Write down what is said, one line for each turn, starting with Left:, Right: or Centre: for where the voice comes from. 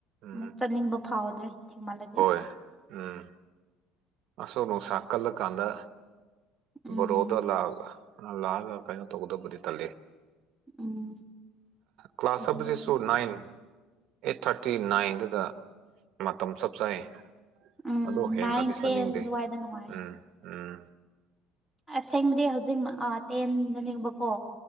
Right: ꯎꯝ
Centre: ꯑꯃꯨꯛ ꯆꯠꯅꯤꯡꯕ ꯐꯥꯎꯗ꯭ꯔꯦ ꯊꯦꯡꯃꯜꯂꯦ
Right: ꯍꯣꯏ ꯎꯝ ꯑꯁꯨꯛ ꯅꯨꯡꯁꯥ ꯀꯜꯂꯀꯥꯟꯗ
Centre: ꯎꯝ
Right: ꯕꯥꯔꯣꯗ ꯂꯥꯛ ꯂꯥꯛꯑꯒ ꯀꯩꯅꯣ ꯇꯧꯒꯗꯕꯗꯤ ꯇꯜꯂꯦ
Centre: ꯎꯝ
Right: ꯀ꯭ꯂꯥꯁ
Centre: ꯑꯗꯨꯅꯦ
Right: ꯆꯠꯄꯁꯤꯁꯨ ꯅꯥꯏꯟ ꯑꯩꯠ ꯊꯔꯇꯤ ꯅꯥꯏꯟꯗꯨꯗ ꯃꯇꯝ ꯆꯞ ꯆꯥꯏ
Centre: ꯎꯝ
Right: ꯑꯗꯣ ꯍꯦꯟ
Centre: ꯅꯥꯏꯟ
Right: ꯈ꯭ꯔꯗꯤ ꯆꯠꯅꯤꯡꯗꯦ
Centre: ꯇꯦꯟ ꯑꯗꯨꯋꯥꯏꯗ ꯅꯨꯡꯉꯥꯏ
Right: ꯎꯝ ꯎꯝ
Centre: ꯑꯁꯦꯡꯕꯗꯤ ꯍꯧꯖꯤꯛ ꯇꯦꯟꯗꯅꯤꯕꯀꯣ